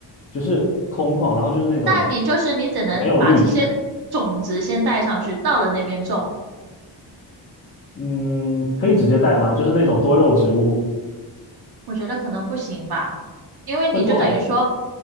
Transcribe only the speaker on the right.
那你就是你只能把这些种子先带上去，
到了那边种，
我觉得可能不行吧，因为你就等于说